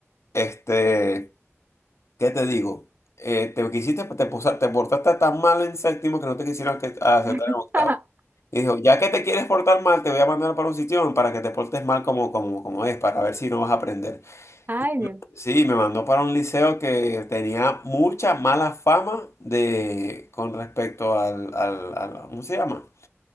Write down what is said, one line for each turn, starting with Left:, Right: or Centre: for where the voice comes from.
Left: este, ¿qué te digo? Eh, te quisiste, te, posa- te portaste tan mal en séptimo que no te quisieron que- aceptar
Right: <laughs>
Left: en octavo. Y dijo, ya que te quieres portar mal, te voy a mandar para un sitio para que te portes mal como, como, como es, para ver si no vas a aprender.
Right: Ay,
Left: Y
Right: Dios.
Left: sí, me mandó para un liceo que tenía mucha mala fama de, con respecto al, al, al- ¿cómo se llama?